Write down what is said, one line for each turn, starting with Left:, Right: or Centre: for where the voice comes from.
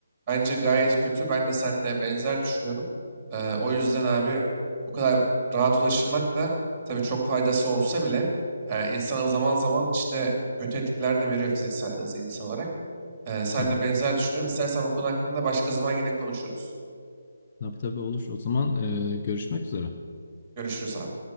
Right: Bence gayet kötü. Ben de seninle benzer düşünüyorum. Eee, o yüzden abi bu kadar rahat ulaşılmak da tabii çok faydası olsa bile eee insana zaman zaman işte kötü etkiler de veriyor fiziksel ya da zihinsel olarak. Eee sen
Left: Hı hı.
Right: de benzer düşünüyorum. İstersen bu konu hakkında başka zaman yine konuşuruz.
Left: Tabii tabii olur. O zaman e, görüşmek üzere.
Right: Görüşürüz abi.